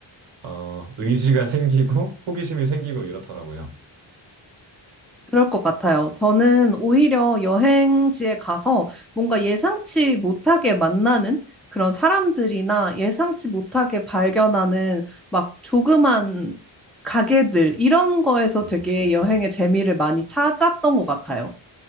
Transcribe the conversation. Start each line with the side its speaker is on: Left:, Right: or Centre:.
Right: 어, 의지가 <laughs> 생기고 호기심이 생기고 이렇더라고요.
Centre: 그럴 것 같아요. 저는 오히려 여행지에 가서 뭔가 예상치 못하게 만나는 그런 사람들이나 예상치 못하게 발견하는 막 조그만 가게들 이런 거에서
Right: 음.
Centre: 되게 여행의 재미를 많이 찾았던 것 같아요.